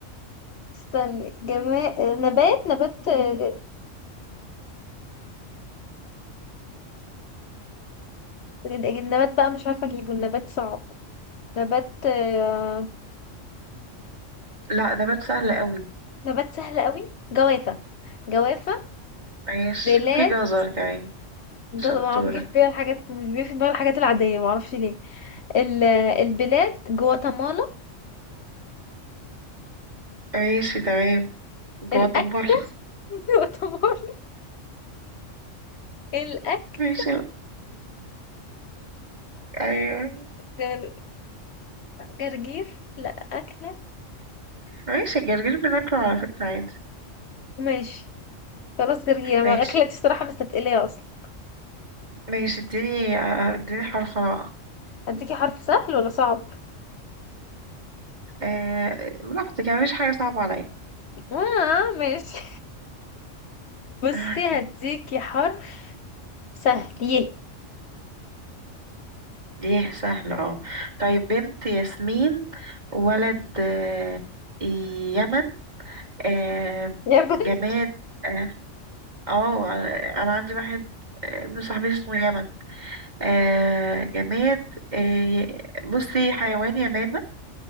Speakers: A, on the left; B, on the right.
A: استني جماد نبات نبات آه، النبات بقى مش عارفة اجيبه النبات صعب نبات آه،
B: لا نبات سهل قوي
A: نبات سهل قوي جوافة جوافة
B: ماشي
A: بلاد
B: في جزر كمان
A: جز-
B: شطورة
A: ما بيجيش بيها الحاجات مش بيجي في دماغي الحاجات العادية معرفش ليه ال- البلاد جواتيمالا
B: ماشي تمام جواتيمالا
A: الأكل <laughs> يعتبر الأكل
B: <laughs> ماشي ال- ايوه
A: جر... جرجير لا أكلة
B: ماشي الجرجير بناكله على فكرة عادي
A: ماشي خلاص جرجير
B: ماشي
A: ما أكلة دي الصراحة مستتقلية أصلا
B: ماشي اديني اديني حرف انا بقى
A: هديكي حرف سهل ولا صعب؟
B: أه براحتك يعني مفيش حاجة صعبة عليا
A: آه ماشي <laughs> بصي
B: <laughs>
A: هديكي حرف سهل يه
B: ايه سهل اه طيب بنت ياسمين ولد آه، يمن آه،
A: يا بنت
B: جماد اه آه، انا عندي واحد آه، ابن صاحبتي اسمه يمن آه،
A: آه.
B: جماد آه، بصي حيوان يمامة